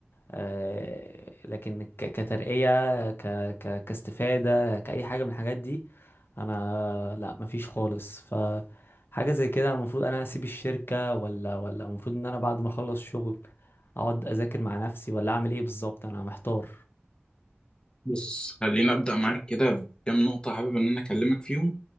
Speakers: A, on the left; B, on the left.
A: آه، لكن ك- كترقيه ك ك كاستفاده كاي حاجه من الحاجات دي انا لا مفيش خالص ف حاجه زي كده المفروض انا اسيب الشركه ولا ولا المفروض ان انا بعد ما اخلص شغل اقعد اذاكر مع نفسي ولا اعمل ايه بالظبط انا محتار
B: بص خليني ابدا معاك كده بكام نقطه حابب ان انا اكلمك فيهم